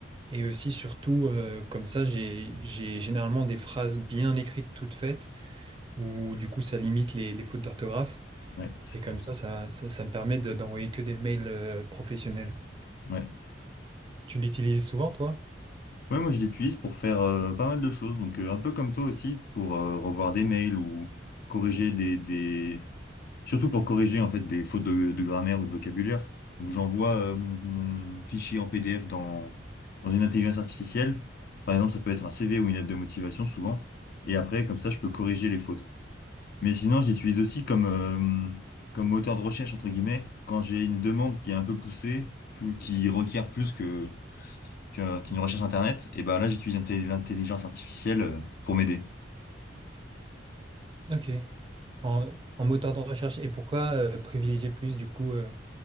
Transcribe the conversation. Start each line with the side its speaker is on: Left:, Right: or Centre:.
Right: et aussi, surtout, euh, comme ça, j'ai, j'ai généralement des phrases bien écrites, toutes faites, où du coup, ça limite les, les fautes d'orthographe.
Left: Ouais, c'est
Right: Et comme
Left: pas ça.
Right: ça, ça, ça, ça me permet de- d'envoyer que des mails euh, professionnels.
Left: Ouais.
Right: Tu l'utilises souvent, toi?
Left: Ouais, moi je l'utilise pour faire euh, pas mal de choses. Donc euh, un peu comme toi aussi, pour euh, revoir des mails ou corriger des, des... Surtout pour corriger en fait des fautes de, de grammaire ou de vocabulaire. Donc j'envoie euh, mon mon fichier en PDF dans, dans une intelligence artificielle. Par exemple, ça peut être un CV ou une lettre de motivation souvent. Et après, comme ça, je peux corriger les fautes. Mais sinon, j'utilise aussi comme, euh, comme moteur de recherche, entre guillemets, quand j'ai une demande qui est un peu poussée, plus, qui requiert plus que, que- qu'une recherche Internet, et ben là, j'utilise l'inté- l'intelligence artificielle euh, pour m'aider.
Right: Ok. En, en moteur de recherche. Et pourquoi euh, privilégier plus, du coup, euh,